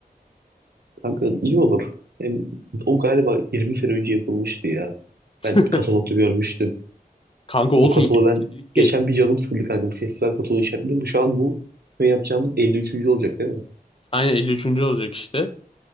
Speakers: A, on the right (about 85°); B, on the left (about 35°).
A: Kanka iyi olur. Hem o galiba 20 sene önce yapılmıştı ya.
B: <laughs>
A: Ben katalogda görmüştüm.
B: Kanka olsun
A: O kataloğu
B: 20
A: ben
B: senelik şey.
A: geçen bir canım sıkıldı kanka. Bu festival kataloğu işaretledim. Şu an bu şey yapacağımız 53. olacak değil mi?
B: Aynen 53. olacak işte.